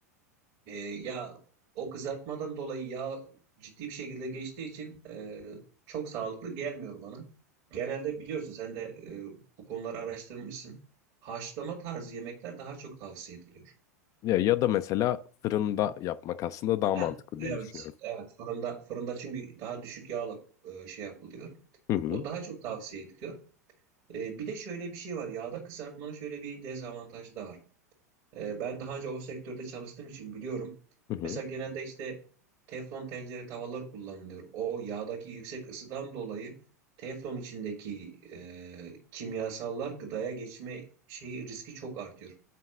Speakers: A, on the right; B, on the left.
A: Ee, ya o kızartmadan dolayı yağ ciddi bir şekilde geçtiği için e, çok sağlıklı gelmiyor bana. Genelde biliyorsun sen de e, bu konuları araştırmışsın. Haşlama tarzı yemekler daha çok tavsiye ediliyor.
B: Ya, ya da mesela fırında yapmak aslında daha
A: Heh,
B: mantıklı
A: evet,
B: diye düşünüyorum.
A: evet. Fırında, fırında çünkü daha düşük yağla e, şey yapılıyor.
B: Hı hı.
A: O daha çok tavsiye ediliyor. E, bir de şöyle bir şey var. Yağda kızartmanın şöyle bir dezavantajı da var. E, ben daha önce o sektörde çalıştığım için biliyorum.
B: Hı hı.
A: Mesela genelde işte teflon tencere tavalar kullanılıyor. O yağdaki yüksek ısıdan dolayı teflon içindeki e, kimyasallar gıdaya geçme şeyi riski çok artıyor.